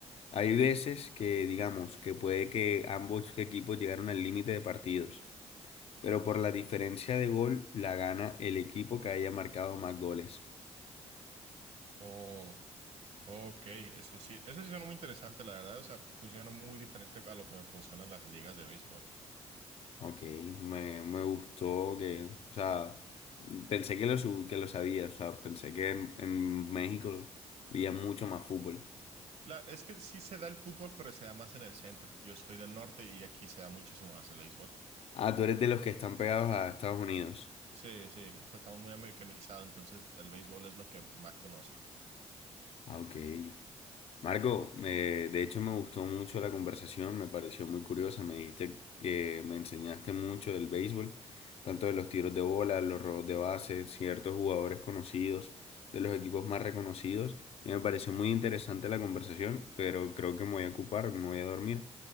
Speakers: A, on the left (about 55°); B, on the right (about 60°).
A: Hay veces que, digamos, que puede que ambos equipos llegaron al límite de partidos, pero por la diferencia de gol la gana el equipo que haya marcado más goles.
B: Oh, ok, eso sí, eso sí suena muy interesante, la verdad. O sea, funciona muy diferente a lo que funcionan las ligas de béisbol.
A: Ok, me, me gustó que, o sea, pensé que lo, su- que lo sabía, o sea, pensé que en, en México veía mucho más fútbol.
B: La, es que sí se da el fútbol, pero se da más en el centro. Yo soy del norte y aquí se da muchísimo más el béisbol.
A: Ah, tú eres de los que están pegados a Estados Unidos.
B: Sí, sí, o sea, estamos muy americanizados, entonces el béisbol es lo que más conozco.
A: Ah, ok. Marco, eh, de hecho me gustó mucho la conversación, me pareció muy curiosa. Me dijiste que me enseñaste mucho del béisbol, tanto de los tiros de bola, los robos de base, ciertos jugadores conocidos, de los equipos más reconocidos. Y me pareció muy interesante la conversación, pero creo que me voy a ocupar, me voy a dormir.